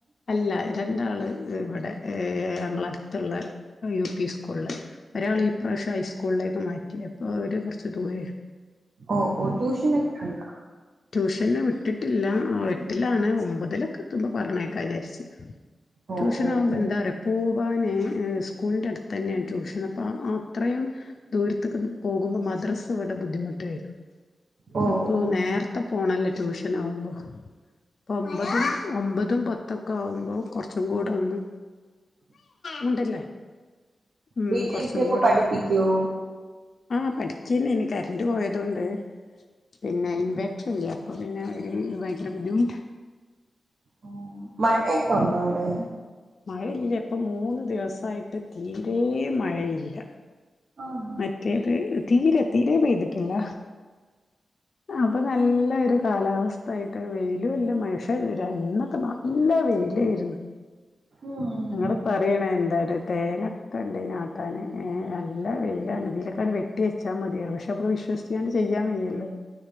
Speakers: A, on the left (about 65°); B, on the right (about 70°).
A: അല്ല രണ്ടാള് ഇവിടെ ഞങ്ങള അടുത്തുള്ള യു പി സ്കൂളിൽ ഒരാൾ ഈ പ്രാവശ്യം ഹൈസ്കൂളിലേക്ക് മാറ്റി അപ്പോൾ അവര് കുറച്ച് ദൂര
B: ഓ ഓ ട്യൂഷന ഒക്കെയുണ്ടോ
A: ട്യൂഷന് വിട്ടിട്ടില്ല എട്ടിലാണ് ഒമ്പതിലൊക്കെ ത്തുമ്പൾ പറഞ്ഞേക്കാ വിചാരിച്ച്
B: ഓ
A: ട്യൂഷന
B: ഓ
A: ആകുമ്പോൾ
B: ഓ
A: എന്താ പോകുമ്പ പ്പാ അങ്ങനെ സ്കൂളിൻ്റെ അടുത്ത് തന്നെയാണ് ട്യൂഷൻ അപ്പം ആ അത്രയും ദൂരത്തക്ക് പോകുമ്പൾ മദ്രസ് ഇവിടെ ബുദ്ധിമുട്ട് വരും
B: ഓ ഓ ഓ.
A: അപ്പൊ
B: ഉം
A: നേരത്തെ
B: ഉം.
A: പോണല്ലേ ട്യൂഷന ആകുമ്പോൾ ഒമ്പതും ഒമ്പതും പത്തൊക്കെ ആകുമ്പോൾ കുറച്ചും കൂടെ ഒന്ന് മുണ്ടല്ലേ ഉം
B: വീട്ടിലിരുത്തിയപ്പോ
A: കൊറച്ചും കൂടെ
B: പഠിപ്പിക്കോ
A: ആ പഠിക്കന്നെ ഇന് കറണ്ട് പോയത കൊണ്ട് പിന്നെ ഇൻവേർട്ടർ ഇല്ലഅപ്പൊ പിന്നെ ഒരു ഭയങ്കര ബുദ്ധിമുണ്ട്
B: ഓ മഴയൊക്കെ ഉണ്ടോ അവിടെ
A: മഴയില്ല ഇപ്പം മൂന്ന് ദിവസമായിട്ട് തീരെ മഴയില്ല
B: ആണോ
A: മറ്റേത് തീരെ തീരെ പെയ്തിട്ടില്ല അപ്പൊ നല്ല ഒരു കാലാവസ്ഥ ആയിട്ട് വെയിലും ഇല്ല മനുഷ തീരാ ഇന്നൊക്കെ നല്ല വെയിലായിരുന്നു
B: ഉം
A: ഞങ്ങള് പറയണ എന്താണ് തേങ്ങൊക്കെ ഉണ്ട് ഈ ആട്ടാൻ ഏ നല്ല വെയിലാണ് ഇതിലൊക്കൊണ് വെട്ടി വെച്ച മതിയായിരുന്നു പക്ഷേ വിശ്വസിച്ചാണ്ട് ചെയ്യാൻ വയ്യല്ലോ